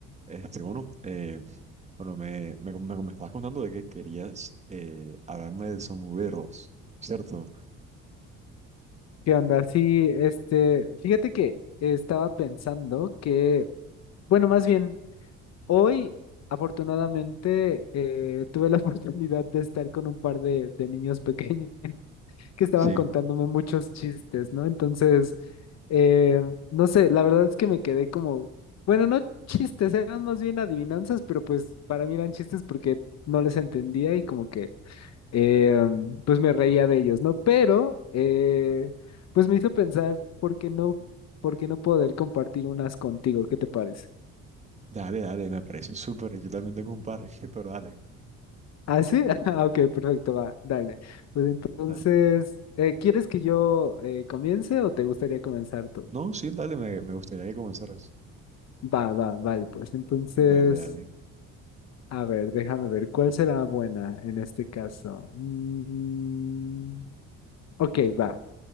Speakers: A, on the right; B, on the left.
A: Este, bueno, eh, bueno me, me, me, me estabas contando de que querías eh, hablarme de sombreros ¿cierto?
B: ¿Qué onda? Sí, este, fíjate que estaba pensando que, bueno, más bien, hoy afortunadamente eh, tuve la <laughs> oportunidad de estar con un par de, de niños pequeños que estaban
A: Sí.
B: contándome muchos chistes, ¿no? Entonces, eh, no sé, la verdad es que me quedé como, bueno, no chistes, eran más bien adivinanzas, pero pues para mí eran chistes porque no les entendía y como que eh, pues me reía de ellos, ¿no? Pero, eh, pues me hizo pensar, ¿por qué no, por qué no poder compartir unas contigo? ¿Qué te parece?
A: Dale, dale, me parece súper. Yo también tengo un par, <laughs> pero dale,
B: ¿Ah, sí? <laughs> Ah, Ok, perfecto, va, dale. Pues entonces,
A: dale.
B: eh, ¿quieres que yo eh, comience o te gustaría comenzar tú?
A: No, sí, dale, me, me gustaría que comenzaras.
B: Va, va, vale, pues entonces,
A: Dale, dale.
B: a ver, déjame ver, ¿cuál será buena en este caso? Mm, ok, va.